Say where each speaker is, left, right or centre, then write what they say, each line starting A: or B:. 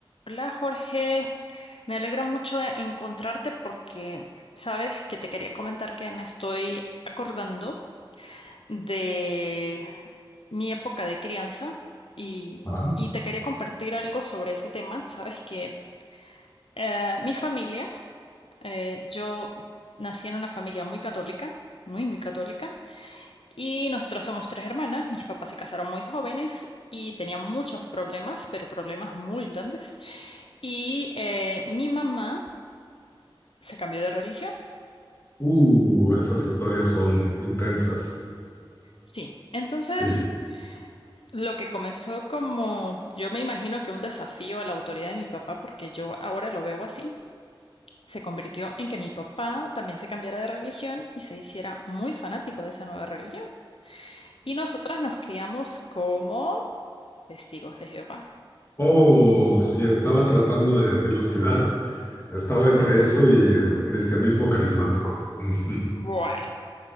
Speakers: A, on the left; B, on the left.
A: Hola Jorge, me alegra mucho e- encontrarte porque sabes que te quería comentar que me estoy acordando de mi época de crianza y,
B: Ah,
A: y te quería compartir algo sobre ese tema. Sabes que eh, mi familia, eh, yo nací en una familia muy católica, muy, muy católica. Y nosotras somos tres hermanas, mis papás se casaron muy jóvenes y tenían muchos problemas, pero problemas muy grandes. Y eh, mi mamá se cambió de religión.
B: uh, esas historias son intensas.
A: Sí, entonces
B: Sí.
A: lo que comenzó como, yo me imagino que un desafío a la autoridad de mi papá, porque yo ahora lo veo así, se convirtió en que mi papá también se cambiara de religión y se hiciera muy fanático de esa nueva religión. Y nosotras nos criamos como testigos de Jehová.
B: Oh, sí, estaba tratando de dilucidar. Estaba entre eso y el cristianismo carismático. Ujú.
A: Bueno.